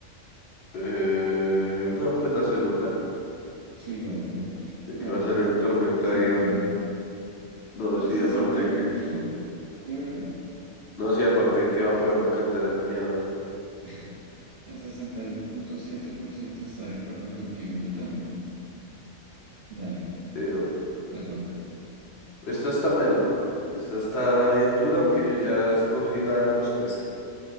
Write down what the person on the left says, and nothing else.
Eh, no, pues la segunda.
De
que
va a salir un tormenta
y
ya. No,
sí,
aparte
que.
No, sí, aparte de que va a poderme a cantar esa mierda.
Sí, obvio.
Esta está melo, brother. Esta está bien dura, aunque yo ya escogí la respuesta.